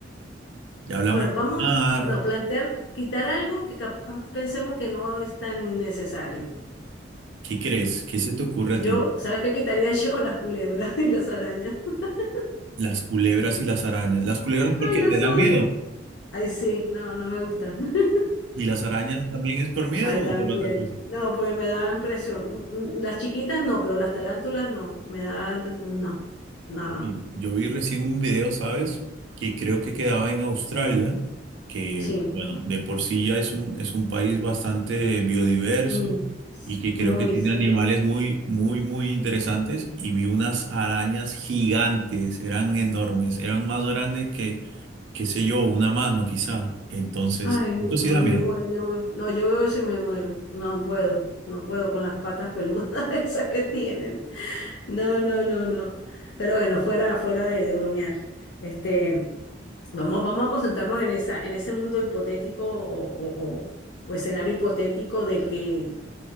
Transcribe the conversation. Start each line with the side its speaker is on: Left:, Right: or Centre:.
Right: Ya hablamos
Left: Bueno, vamos
Right: de mar.
Left: no, plantear quitar algo que capaz pensemos que no es tan innecesario.
Right: ¿Qué crees? ¿Qué se te ocurre a
Left: Yo,
Right: ti?
Left: ¿sabes qué quitaría <laughs> yo? Las culebras y las arañas. <laughs>
Right: Las culebras y las arañas. Las culebras porque
Left: Ay, las
Right: te dan
Left: odio.
Right: miedo.
Left: Ay, sí, no, no me gustan. <laughs>
Right: ¿Y las arañas también es por miedo
Left: Ay, también.
Right: o por otra cosa?
Left: No, porque me da impresión. Mm, mm, Las chiquitas no, pero las tarántulas no. Me da, no, no, no.
Right: Sí. Yo vi recién un video, ¿sabes? Que creo que quedaba en Australia, que,
Left: Sí.
Right: bueno, de por sí ya es un, es un país bastante biodiverso
Left: Mm,
Right: y que creo
Left: Muy,
Right: que tiene
Left: sí.
Right: animales muy, muy, muy interesantes. Y vi unas arañas gigantes, eran enormes, eran más grandes que, qué sé yo, una mano quizá. Entonces,
Left: Ay, no,
Right: esto sí da
Left: me
Right: miedo.
Left: muero. No, yo veo eso y me muero. No puedo, no puedo con las patas peludas <laughs> esas que tienen. No, no, no, no. Pero bueno, fuera, fuera de, de bromear. Este, vamos, vamos a concentrarnos en esa, en ese mundo hipotético o, o- o- o escenario hipotético de que,